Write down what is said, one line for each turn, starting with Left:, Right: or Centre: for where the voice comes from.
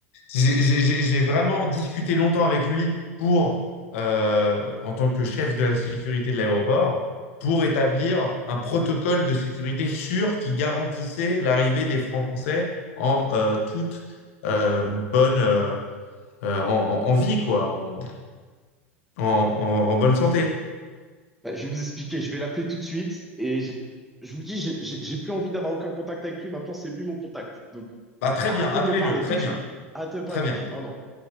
Left: j'ai j'ai- j'ai- j'ai vraiment discuté longtemps avec lui pour, euh, en tant que chef de la sécurité de l'aéroport, pour établir un protocole de sécurité sûr qui garantissait l'arrivée des Français en euh, toute euh, bonne, euh, euh, en, en- en vie, quoi, en, en- en- en bonne santé.
Centre: Bah, je vais vous expliquer, je vais l'appeler tout de suite et je, je vous le dis, j'ai j'ai- j'ai plus envie d'avoir aucun contact avec lui, maintenant c'est lui mon contact. Donc
Left: Bah, très
Centre: arrêtez
Left: bien, appelez-le,
Centre: de me parler
Left: très
Centre: tout de
Left: bien,
Centre: suite. Arrêtez de me parler
Left: très
Centre: tout
Left: bien.
Centre: de suite, vraiment.